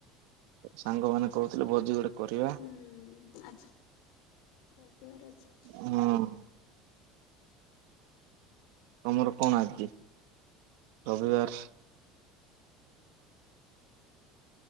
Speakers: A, on the right; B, on the left.
A: ସାଙ୍ଗମାନେ କହୁଥିଲେ ଭୋଜି ଗୋଟେ କରିବା
B: ହୁଁ ଆଜି ରବିବାର ଆଜି।
A: ହଁ। ତମର କଣ ଆଜି ରବିବାର।